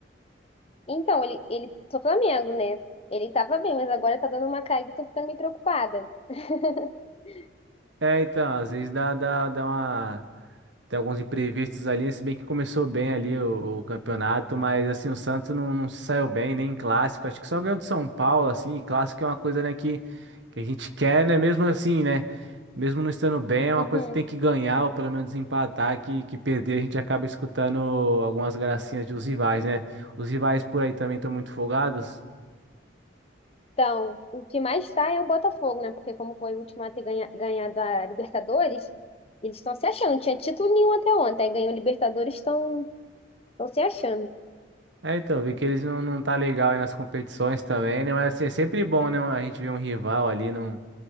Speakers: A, on the left (about 30°); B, on the right (about 75°).
A: Então, ele, ele, sou Flamengo, né? Ele tava bem, mas agora tá dando uma caída e tô ficando meio preocupada. <laughs>
B: É, então, às vezes dá, dá, dá uma. Tem alguns imprevistos ali, se bem que começou bem ali o, o campeonato, mas assim, o Santos não, não se saiu bem, nem em clássico. Acho que só ganhou do São Paulo, assim, e clássico é uma coisa, né, que, que a gente quer, né? Mesmo assim, né? Mesmo não estando bem, é uma
A: Uhum.
B: coisa que tem que ganhar, ou pelo menos empatar, que, que perder a gente acaba escutando algumas gracinhas dos rivais, né? Os rivais por aí também estão muito folgados.
A: Então, o que mais está é o Botafogo, né? Porque como foi o último a ter ganha, ganhado a Libertadores, eles estão se achando. Não tinha título nenhum até ontem. Aí ganhou a Libertadores, estão estão se achando.
B: É, então, vi que eles não, não tá legal aí nas competições também, né? Mas assim, é sempre bom, né? A gente ver um rival ali, não,